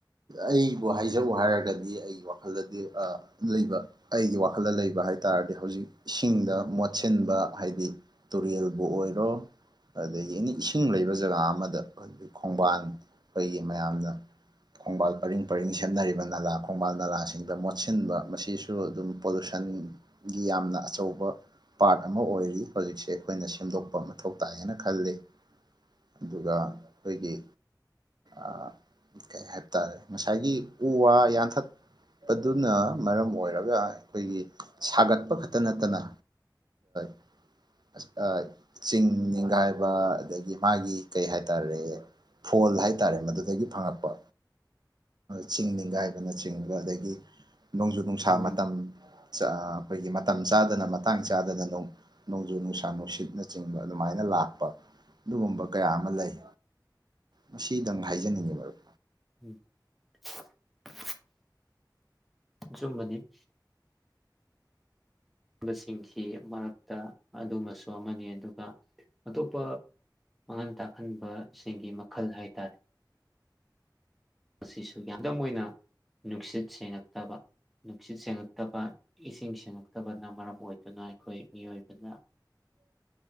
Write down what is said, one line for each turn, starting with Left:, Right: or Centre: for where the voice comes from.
Right: ꯑꯩꯕꯨ ꯍꯥꯏꯖꯧ ꯍꯥꯏꯔꯒꯗꯤ ꯑꯩꯒꯤ ꯋꯥꯈꯜꯗꯗꯤ ꯑ ꯂꯩꯕ ꯑꯩꯒꯤ ꯋꯥꯈꯜꯗ ꯂꯩꯕ ꯍꯥꯏ ꯇꯥꯔꯗꯤ ꯍꯧꯖꯤꯛ ꯏꯁꯤꯡꯗ ꯃꯣꯠꯁꯤꯟꯕ ꯍꯥꯏꯗꯤ ꯇꯨꯔꯦꯜꯕꯨ ꯑꯣꯏꯔꯣ ꯑꯗꯒꯤ ꯑꯦꯅꯤ ꯏꯁꯤꯡ ꯂꯩꯕ <unintelligible> ꯖꯒꯥ ꯑꯃꯗ <unintelligible> ꯈꯣꯡꯕꯥꯟ ꯀꯩꯒꯤ ꯃꯌꯥꯝꯗ ꯈꯣꯡꯕꯥꯜ ꯄꯔꯤꯡ ꯄꯔꯤꯡ ꯁꯦꯝꯅꯔꯤꯕ ꯅꯂꯥ ꯈꯣꯡꯕꯥꯜ ꯅꯂꯥꯁꯤꯡꯗ ꯃꯣꯠꯁꯤꯟꯕ ꯃꯁꯤꯁꯨ ꯗꯨ ꯑꯗꯨꯝ ꯄꯣꯂꯨꯁꯟꯒꯤ ꯌꯥꯝꯅ ꯑꯆꯧꯕ ꯄꯥꯔꯠ ꯑꯃ ꯑꯣꯏꯔꯤ ꯍꯧꯖꯤꯛꯁꯦ ꯑꯩꯈꯣꯏꯅ ꯁꯦꯝꯗꯣꯛꯄ ꯃꯊꯧ ꯇꯥꯏꯌꯦꯅ ꯈꯜꯂꯦ ꯑꯗꯨꯒ ꯑꯩꯈꯣꯏꯒꯤ ꯑ <unintelligible> ꯀꯩ ꯍꯥꯏꯕ ꯇꯥꯔꯦ ꯉꯁꯥꯏꯒꯤ ꯎ ꯋꯥ ꯌꯥꯟꯊꯠ ꯑꯗꯨꯅ ꯃꯔꯝ ꯑꯣꯏꯔꯒ ꯑꯩꯈꯣꯏꯒꯤ ꯁꯥꯒꯠꯄ ꯈꯛꯇ ꯅꯠꯇꯅ ꯑ <unintelligible> ꯆꯤꯡ ꯅꯤꯡꯤꯡꯒꯥꯏꯕ ꯑꯗꯒꯤ ꯃꯥꯒꯤ ꯀꯩ ꯍꯥꯏꯇꯥꯔꯦ ꯐꯣꯜ ꯍꯥꯏꯇꯥꯔꯦ ꯃꯗꯨꯗꯒꯤ ꯐꯪꯉꯛꯄ ꯆꯤꯡ ꯅꯤꯡꯒꯥꯏꯕꯅꯆꯤꯡꯕ ꯑꯗꯒꯤ ꯅꯣꯡꯖꯨ ꯅꯨꯡꯁꯥ
Centre: ꯎꯝ
Right: ꯃꯇꯝ <unintelligible> ꯑꯩꯈꯣꯏꯒꯤ ꯃꯇꯝ ꯆꯥꯗꯅ ꯃꯇꯥꯡ ꯆꯥꯗꯅ ꯅꯣꯡ ꯅꯣꯡꯖꯨ ꯅꯨꯡꯁꯥ ꯅꯨꯡꯁꯤꯠꯅꯆꯤꯡꯕ ꯑꯗꯨꯃꯥꯏꯅ ꯂꯥꯛꯄ ꯑꯗꯨꯒꯨꯝꯕ ꯀꯌꯥ ꯑꯃ ꯂꯩ ꯃꯁꯤꯗꯪ ꯍꯥꯏꯖꯅꯤꯡꯉꯤ ꯃꯔꯨꯞ
Centre: ꯎꯝ <unintelligible> <inaudible> ꯑ ꯆꯨꯝꯕꯅꯤ <unintelligible> ꯕꯁꯤꯡꯁꯤ ꯃꯔꯛꯇ ꯑꯗꯨꯃꯁꯨ ꯑꯃꯅꯤ ꯑꯗꯨꯒ ꯑꯇꯣꯞꯄ ꯃꯥꯡꯍꯟ ꯇꯥꯛꯍꯟꯕꯁꯤꯡꯒꯤ ꯃꯈꯜ ꯍꯥꯏꯇꯥꯔꯦ ꯃꯁꯤꯁꯨ ꯌꯥꯡꯗꯝ <unintelligible> ꯑꯣꯏꯅ ꯅꯨꯡꯁꯤꯠ ꯁꯦꯡꯉꯛꯇꯕ ꯅꯨꯡꯁꯤꯠ ꯁꯦꯡꯉꯛꯇꯕ ꯏꯁꯤꯡ ꯁꯦꯡꯉꯛꯇꯕꯅ ꯃꯔꯝ ꯑꯣꯏꯗꯨꯅ ꯑꯩꯈꯣꯏ ꯃꯤꯑꯣꯏꯕꯅ